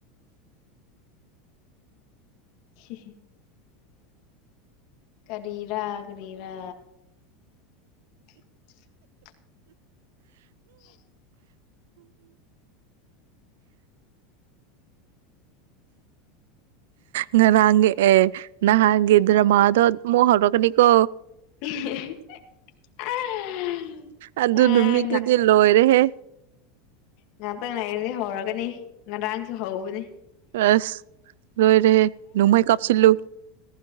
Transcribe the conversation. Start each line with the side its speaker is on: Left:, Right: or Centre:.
Left: ꯁꯤꯝ ꯀꯔꯤꯔꯥ ꯀꯔꯤꯔꯥ <unintelligible> <unintelligible>
Right: ꯉꯔꯥꯡꯒꯤ ꯑꯦ ꯅꯍꯥꯟꯒꯤꯒꯗ꯭ꯔꯃꯗꯣ ꯃꯣ ꯍꯧꯧꯔꯛꯀꯅꯤꯀꯣ
Left: <unintelligible> ꯑꯦ
Right: ꯑꯗꯨ ꯅꯨꯃꯤꯠꯇꯨꯗꯤ ꯂꯣꯏꯔꯦꯍꯦ
Left: ꯉꯥꯛꯇꯪ ꯂꯥꯏꯔꯤꯗꯤ ꯍꯧꯔꯒꯅꯤ ꯉꯔꯥꯡꯁꯨ ꯍꯧꯕꯅꯦ
Right: ꯑꯁ ꯂꯣꯏ ꯔꯦꯍꯦ ꯅꯨꯃꯥꯏ ꯀꯥꯄꯁꯤꯨ